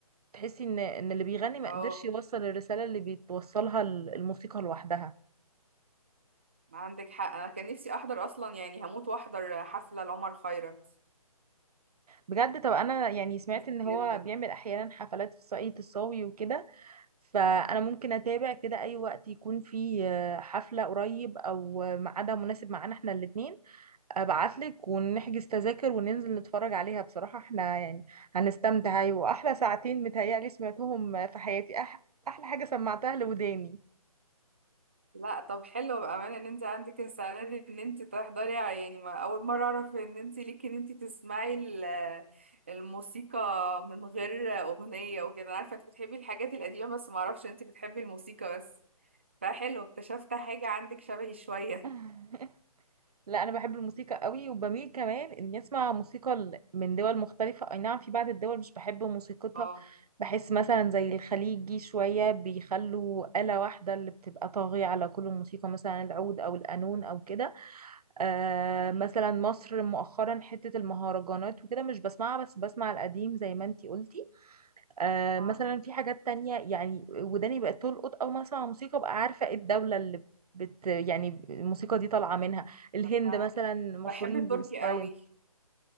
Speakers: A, on the right (about 80°); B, on the right (about 20°).
A: تحسي إن إن اللي بيغني ما
B: اه
A: قدرش يوصل الرسالة اللي بتوصلها ال- الموسيقى لوحدها
B: عندك حق انا كان نفسي احضر اصلا يعني هموت واحضر حفلة لعمر خيرت
A: بجد طب أنا يعني سمعت
B: نفسي
A: إن هو
B: جدا
A: بيعمل أحيانا حفلات في صعيد الصاوي وكده فأنا ممكن أتابع كده أي وقت يكون فيه آه، حفلة قريب أو ميعادها مناسب معانا إحنا الاتنين ابعتلك ونحجز تذاكر وننزل نتفرج عليها بصراحة احنا يعني هنستمتع أيوة. واحلى ساعتين متهيألي سمعتهم في حياتي أح احلى حاجة سمعتها لوداني
B: لا طب حلو بأمانة ان انت عندك السعادة دي ان انت تحضري يعني ما اول مرة اعرف ان انت ليكي ان انت تسمعي ال- الموسيقى من غير اغنية وكده انا عارفة انت بتحبي الحاجات القديمة بس ما اعرفش انت بتحبي الموسيقى بس فحلو اكتشفت حاجة عندك شبهي شوية
A: <laughs> لا انا بحب الموسيقى قوي وبميل كمان اني اسمع موسيقى ل- من دول مختلفة اي نعم في بعض الدول مش بحب موسيقتها
B: اه
A: بحس مثلا زي الخليجي شوية بيخلوا آلة واحدة اللي بتبقى طاغية على كل الموسيقى مثلا العود او القانون او كده آه
B: م-
A: مثلا
B: م.
A: مصر مؤخرا حتة المهرجانات وكده مش بسمعها بس بسمع القديم زي ما انتي قلتي آه
B: اه
A: مثلا في حاجات تانية يعني وداني بقت تلقط أول ما أسمع موسيقى بقى عارفة ايه الدولة اللي بت يعني الموسيقى دي طالعة منها الهند
B: انا
A: مثلا مشهورين
B: بحب التركي
A: بستايل
B: قوي